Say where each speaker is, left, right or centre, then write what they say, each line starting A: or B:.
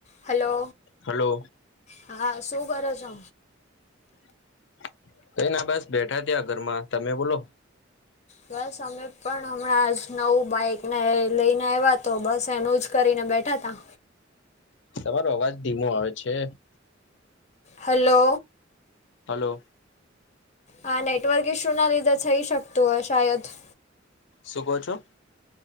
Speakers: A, on the left (about 35°); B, on the left (about 65°).
A: હાલો,
B: hello
A: હા શું કરો છો?
B: <inaudible> કઈ ના બસ બેઠા ત્યાં ઘરમાં તમે બોલો
A: બસ અમે પણ હમણાં જ નવું બાઈકને લઈને આવ્યા તો બસ એનું જ કરીને બેઠા હતા
B: તમારો અવાજ ધીમો આવે છે
A: હલો
B: હલો
A: હા નેટવર્ક શું ના લીધે થઈ શકતું હોય શાયદ
B: શું ક છ